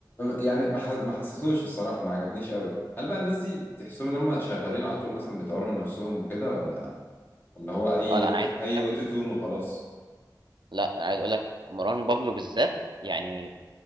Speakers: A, on the left (about 30°); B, on the right (about 85°).
A: يعني ما ح- ما حسيتوش الصراحة ما عجبنيش قوي هل بقى الناس دي تحسهم ان هم شغالين على طول مثلا بيطوروا من نفسهم وكده ولا اللي هو اي
B: آه، لأ
A: أوتو...
B: أنا عايز أقول
A: اي
B: لك
A: اوتو تون وخلاص
B: لأ أنا عايز أقول لك مروان بابلو بالذات يعني